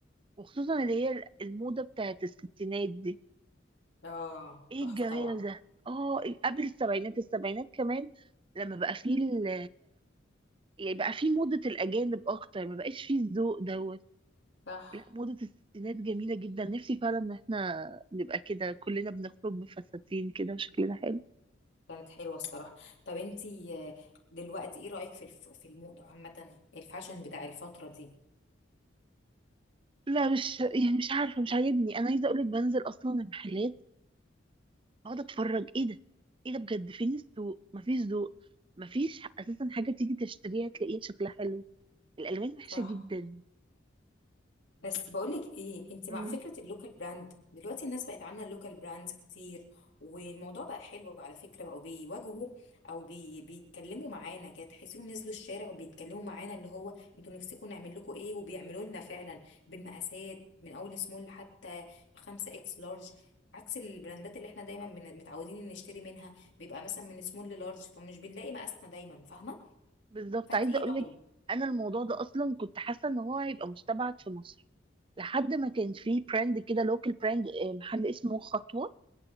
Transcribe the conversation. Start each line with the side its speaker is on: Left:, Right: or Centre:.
Right: وخصوصا اللي هي الموضة بتاعت الستينات دي
Left: اه
Right: ايه
Left: تحفة
Right: الجمال
Left: طبعا
Right: ده اه إيه، قبل السبعينات السبعينات كمان لما بقى فيه ال- يعني بقى فيه موضة الأجانب أكتر ما بقاش فيه الذوق دوت
Left: صح
Right: لا موضة الستينات جميلة جدا نفسي فعلا ان احنا نبقى كده كلنا بنخرج بفساتين كده وشكلنا حلو
Left: كانت حلوة الصراحة طب انت آه، دلوقتي ايه رأيك في الف... في الموضة عامة الفاشن بتاع الفترة دي
Right: لا مش يعني مش عارفة مش عاجبني انا عايزة اقولك بنزل اصلا المحلات اقعد اتفرج ايه ده ايه ده بجد فين السوق مفيش ذوق مفيش اساسا حاجة تيجي تشتريها تلاقيها شكلها حلو الالوان وحشة
Left: صح
Right: جدا
Left: بس بقولك ايه انت مع
Right: امم
Left: فكرة اللوكال براند دلوقتي الناس بقت عاملة اللوكال براندز كتير والموضوع بقى حلو على فكرة بقوا بيواجهوا او بي بيتكلموا معانا كده تحسيهم نزلوا الشارع وبيتكلموا معانا اللي هو انتوا نفسكم نعمل لكم ايه وبيعملوا لنا فعلا بالمقاسات من اول سمول لحتى 5 اكس لارج عكس البراندات اللي احنا دايما بن- متعودين إن نشتري منها بيبقى مثلا من سمول للارج فمش بنلاقي مقاسنا دايما فاهمة
Right: بالظبط
Left: فانت
Right: عايزة
Left: ايه
Right: اقولك
Left: رأيك
Right: انا الموضوع ده اصلا كنت حاسة ان هو هيبقى مستبعد في مصر لحد ما كان في براند كده لوكال براند محل اسمه خطوة